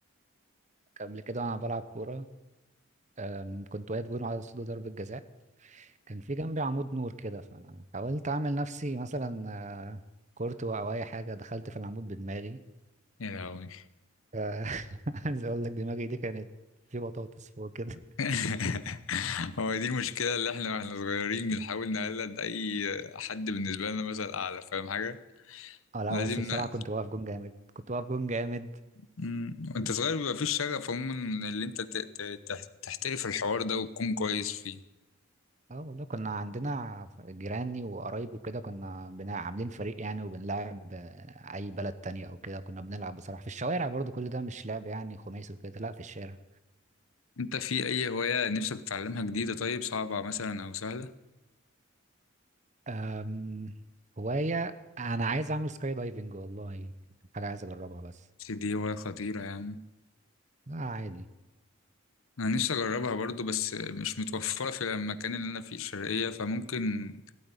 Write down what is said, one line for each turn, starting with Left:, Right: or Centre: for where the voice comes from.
Right: قبل كده انا بلعب كوره أم، كنت واقف جون على اسطول ضربة جزاء كان في جنبي عمود نور كده فحاولت اعمل نفسي مثلا آه، كورتو او اي حاجة دخلت في العمود بدماغي
Left: يا لهوي
Right: آه، <laughs> عايز اقول لك دماغي دي كانت في بطاطس فوق كده
Left: <laughs> هو دي المشكلة اللي احنا واحنا صغيرين بنحاول نقلد أي حد بالنسبة لنا مثلا أعلى فاهم حاجة؟
Right: اه لا
Left: لازم
Right: بس بصراحة
Left: ن...
Right: كنت واقف جون جامد كنت واقف جون جامد
Left: مم. وانت صغير بيبقى فيش شغف عموما اللي انت ت... ت... تح- تحترف الحوار ده وتكون كويس فيه
Right: اه والله كنا عندنا جيراني وقرايبي وكده كنا بنا عاملين فريق يعني وبنلعب آه، اي بلد تانية او كده كنا بنلعب بصراحة في الشوارع برضو كل ده مش لعب يعني خماسي وكده لا في الشارع
Left: انت في اي هواية نفسك تتعلمها جديدة طيب صعبة مثلا او سهلة
Right: أم، هواية أنا عايز أعمل سكاي دايفنج والله حاجة عايز أجربها بس
Left: بس دي هواية خطيرة يعني
Right: لا عادي
Left: انا نفسي اجربها برضو بس مش متوفرة في المكان اللي انا فيه الشرقية فممكن